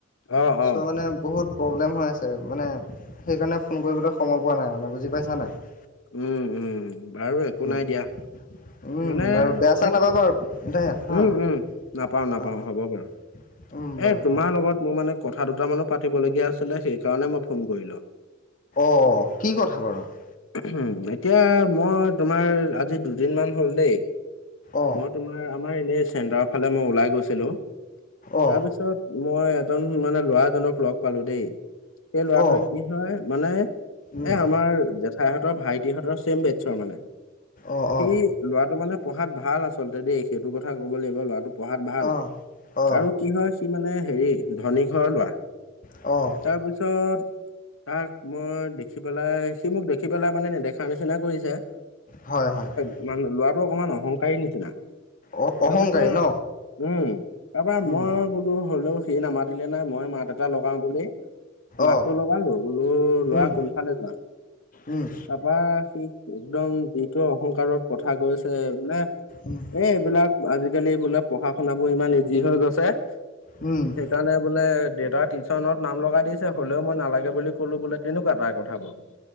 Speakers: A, on the left; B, on the left.
A: অ
B: ছ'
A: অ
B: মানে <inaudible> বহুত প্ৰব্লেম হৈ আছে মানে সেইকাৰণে ফোন কৰিবলৈ সময় পোৱা নাই মানে বুজি পাইছা নাই। <unintelligible>
A: উম-উম! বাৰু একো
B: উম।
A: নাই দিয়া। <inaudible>
B: উম!
A: মানে
B: বাৰু বেয়া-চেয়া
A: এই
B: নাপাব আৰু দেই হা
A: উম উম
B: <unintelligible>
A: নাপাও নাপাও
B: অঁ-অঁ!
A: হ'ব বাৰু।
B: উম!
A: এ
B: বাৰু।
A: তোমাৰ লগত
B: <inaudible>
A: মোৰ মানে কথা দুট মানো পাতিবলগীয়া আছিলে সেই কাৰণে মই ফোন কৰিলো। <inaudible>
B: অঁ! কি কথা বাৰু? <unintelligible>
A: <inaudible> এতিয়া মই তোমাৰ আজি দুদিন মান হ'ল দেই
B: অ
A: মই <unintelligible> তোমাৰ আমাৰ এনেই চেণ্টাৰৰ ফালে মই ওলাই গৈছিলো
B: অ
A: তাৰপিছত <inaudible> মই এজন মানে ল'ৰা এজনক লগ পালো দেই সেই লৰাটোৱে
B: অ
A: কি হয় মানে <unintelligible>
B: উম
A: এ আমাৰ জেঠাইহঁতৰ ভাইটিহঁতৰ ছেম বেটছৰ মানে সি
B: অ অ
A: <unintelligible> লৰাটো মানে পঢ়াত ভাল আচলতে দেই সেইটো কথা ক'ব লাগিব ল'ৰাটো পঢ়াত ভাল
B: অ অ
A: আৰু <unintelligible> কি হয় সি মানে হেৰি ধনী ঘৰৰ লৰা। <unintelligible>
B: অ! <unintelligible>
A: তাৰপিছত <inaudible> তাক মই দেখি পেলাই সি মোক দেখি পেলাই মানে নেদেখা নিচিনা কৰিছে। <unintelligible>
B: হয়-হয়।
A: <unintelligible>
B: <inaudible>
A: মানে ল'ৰাটো অকণমান অহংকাৰী নিচিনা।
B: অ
A: তাৰপিছত
B: অহংকাৰী ন
A: উম! তাৰপা মই
B: উম
A: <inaudible> মই বোলো হ'লেও সি নামাতিলে নাই মই মাত এটা লগাওঁ বুলি <inaudible> মাতটো
B: অ
A: লগালো বোলো লৰা
B: উম
A: কোনফালে যোৱা
B: উম
A: তা <unintelligible> বা সি একদম যিটো অহংকাৰত <inaudible> কথা কৈছে বোলে
B: উম
A: এই এইবিলাক আজিকালি বোলে <inaudible> পঢ়া-শুনাবোৰ ইমান ইজি হৈ গৈছে। <inaudible>
B: উম! <unintelligible>
A: সেইকাৰণে বোলে দেউতাৰ টিউচনত নাম লগাই দিছে হ'লেও মই নালাগে বুলি ক'লো বোলে তেনেকুৱা তাৰ কথাবোৰ। <inaudible> <inaudible>